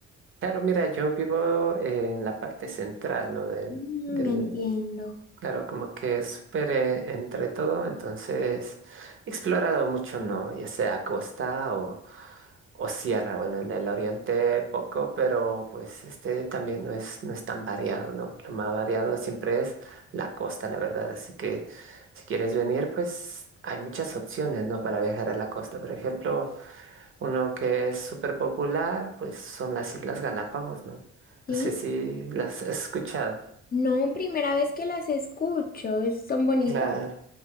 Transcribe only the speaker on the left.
Mm,
entiendo.
¿Sí?
No, primera vez que las escucho, ¿es- ¿son bonitas?